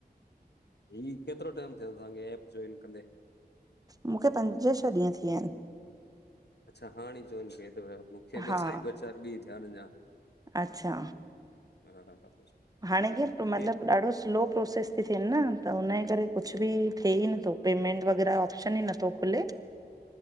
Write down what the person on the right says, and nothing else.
मूंखे पंज छह ॾींहं थी विया आहिनि
हा
अच्छा
हाणे किंअ मतलब
ॾाढो स्लो प्रोसेस थी थिएन न त हुनए करे कुझ बि थिए ई नथो पेमेंट वगैरह ऑप्शन ई नथो खुले